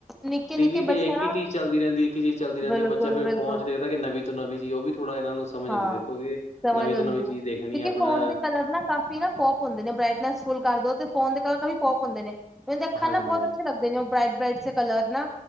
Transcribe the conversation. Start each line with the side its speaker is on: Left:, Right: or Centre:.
Centre: ਨਿੱਕੇ
Left: ਟੀ
Centre: ਨਿੱਕੇ
Left: ਵੀ ਤੇ
Centre: ਬੱਚਾ
Left: ਇੱਕ
Centre: ਨਾ
Left: ਹੀ ਚੀਜ਼ ਚੱਲਦੀ ਰਹਿੰਦੀ ਟੀ ਵੀ'ਚ ਚੱਲਦੀ ਰਹਿੰਦੀ,
Centre: ਬਿਲਕੁਲ
Left: ਬੱਚਾ ਫੇਰ
Centre: ਬਿਲਕੁਲ
Left: ਫੋਨ 'ਚ ਦੇਖਦਾ ਨਵੀਂ ਤੋਂ ਨਵੀਂ ਚੀਜ਼ ਉਹ ਵੀ ਥੋੜਾ ਇਹਨਾਂ ਨੂੰ ਸਮਝ
Centre: ਹਾਂ
Left: ਆਉਂਦੀ ਦੇਖੋ ਕਿ,
Centre: ਸਮਝ
Left: ਨਵੀਂ
Centre: ਆਉਂਦੀ
Left: ਤੇ ਨਵੀਂ ਚੀਜ਼
Centre: ਆ ਕਿਉਂਕਿ
Left: ਦੇਖਣੀ ਐ ਆਪਣਾ
Centre: ਫੋਨ ਦੇ ਕਲਰ ਨਾ ਕਾਫੀ ਨਾ ਪੋਪ ਹੁੰਦੇ ਨੇ, ਬ੍ਰਾਈਟਨੈਸ ਫੁਲ ਕਰ ਦੋ, ਤੇ ਫੋਨ ਦੇ ਕ ਕਾਫੀ ਪੋਪ ਹੁੰਦੇ ਨੇ। ਦੇਖਾਂ
Left: ਹਾਂਜੀ।
Centre: ਨਾ ਬਹੁਤ ਅੱਛੇ ਲੱਗਦੇ ਨੇ, ਉਹ ਬ੍ਰਾਈਟ, ਬਰਾਈਟਸ ਕਲਰ ਨਾ